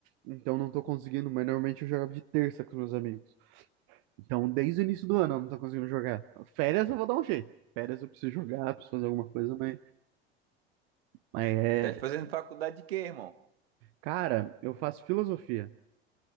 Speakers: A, on the right; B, on the right.
A: então não tô conseguindo, mas normalmente eu jogava de terça com os meus amigos. Então, desde o início do ano eu não tô conseguindo jogar. Férias eu vou dar um jeito. Férias eu preciso jogar, preciso fazer alguma coisa, mas, mas é.
B: Tá fazendo faculdade de quê, irmão?
A: Cara, eu faço filosofia.